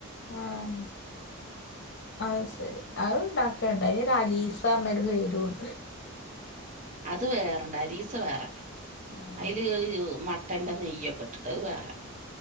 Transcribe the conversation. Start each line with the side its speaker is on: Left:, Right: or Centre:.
Left: ആഹ അത് ശരി അത് ഉണ്ടാക്കേണ്ടായി താലിസറിനൊരു പേരു ഉണ്ട്
Right: അത് വേറെണ്ട അരീസ വേറെ
Left: ആഹ്
Right: അതില് ല് മ മട്ടന്റെനെയ്യ് ഒക്കെ ഇട്ടിട്ട്ത് വേറെ